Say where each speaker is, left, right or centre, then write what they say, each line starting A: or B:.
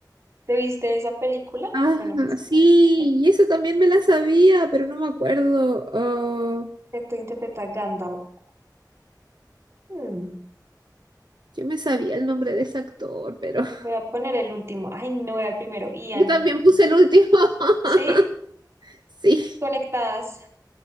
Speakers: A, on the right; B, on the right.
A: ¿Te viste esa película?
B: Ah,
A: Bueno, que es como
B: sí, y eso también me la sabía, pero no me acuerdo. Oh,
A: esto interpreta Gandalf. Mm,
B: yo me sabía el nombre de ese actor, pero <laughs>
A: voy a poner el último. Ay, no era el primero. Ian.
B: yo también puse el último. <laughs>
A: ¿Sí?
B: Sí.
A: Conectadas.